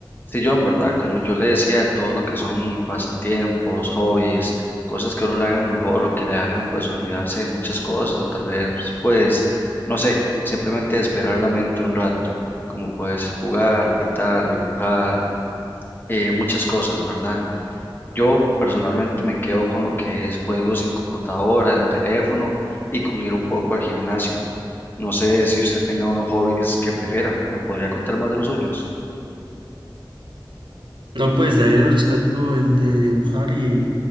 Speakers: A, on the left; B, on the right.
A: Sí, John, ¿verdad? Como yo le decía, todo lo que son pasatiempos, hobbies, cosas que a uno le hagan mejor o que le hagan pues olvidarse de muchas cosas o tal vez pues, no sé, simplemente despejar la mente un rato, como puedes jugar, pintar, dibujar, eh, muchas cosas, ¿verdad? Yo personalmente me quedo con lo que es juegos en computadora, en teléfono y con ir un poco al gimnasio. No sé si usted tenga unos hobbies que prefiera, ¿me podría contar más de los suyos?
B: No, pues de ahí le rescato el de dibujar y,